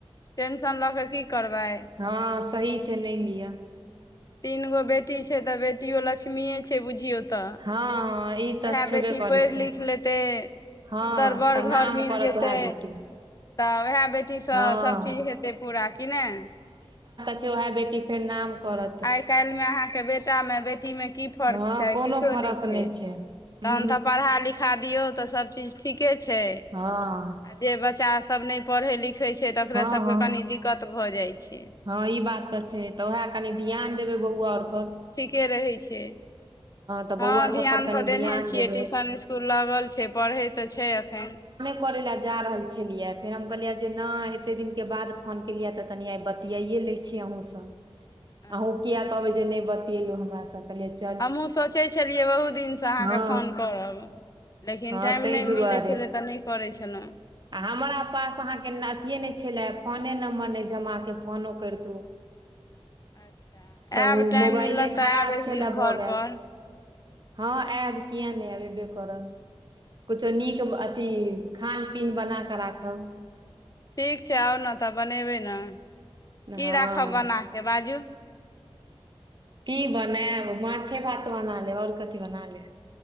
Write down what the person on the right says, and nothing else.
हँ सही छै, नहि लिअ।
हँ हँ ई तऽ
छेबे
करै
छै
हँ
तऽ नाम
करत
ओएह बेटी
हँ
वएह बेटी फेर नाम करत
हँ
कोनो
फरक
हूँ, हूँ,
हँ
हँ
हँ
हँ ई बात तऽ छै तऽ उएह कनि ध्यान देबै बौआ आर पर
तऽ
बौआ सब
पर कनि
ध्यान
देबै
करे ले जा रहल छलियै, फेर हम कहलियै जे न, एते दिनके बाद फोन केलियै तऽ कनि आइ बतिया ले। छी अहूँ सभ।
अहाँ की कहबै जे नहि बतियेलहुँ हमरासँ तऽ?
हँ
हँ
ताहि
दुआरे
आ हमरा पास अहाँक अथिए नहि छलै फोन नम्बर, ने जमा कऽ फोनो करतो।
ओ
मोबाइले
खराब
छलए
भऽ गेल
हँ आयब किए न आब एबे करब कुछो नीक अथी खान पीन बना कऽ राखब।
हँ
की बना माछ भात बना ले आओर कथी बना ले?